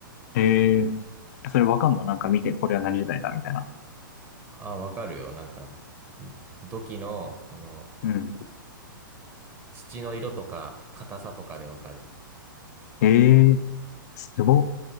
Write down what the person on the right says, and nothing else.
あ、わかるよ。なんか、土器の、その、
土の色とか、硬さとかでわかる。